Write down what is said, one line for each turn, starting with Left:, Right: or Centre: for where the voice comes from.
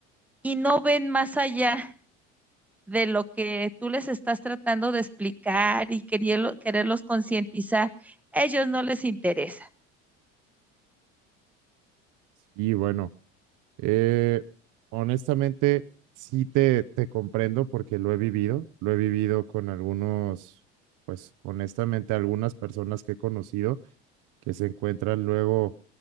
Centre: y no ven más allá de lo que tú les estás tratando de explicar y querielo- quererlos concientizar, a ellos no les interesa.
Right: Y bueno. Eh, honestamente, sí te, te comprendo porque lo he vivido, lo he vivido con algunos, pues honestamente, algunas personas que he conocido que se encuentran luego